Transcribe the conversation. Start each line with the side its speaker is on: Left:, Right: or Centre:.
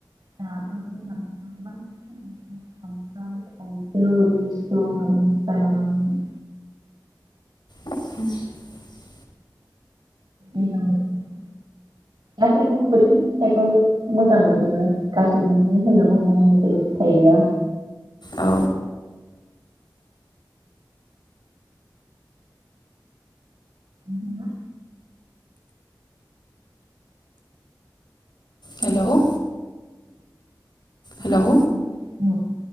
Right: दाथ गोबां गोबां <unintelligible> खानथाल थाइजौ लिसुनिफ्राय लानानै
Left: <inaudible>
Right: दैज्लां बोथोरनिखौ गासैखौबो बोथोरनि फिथाइखौ मोजां मोनजोबो गाज्रि मोनो होनना बुंनो जेबो फिथाइ गैया
Left: औ
Right: नोंथाङा
Left: हेलौ हेलौ
Right: <unintelligible>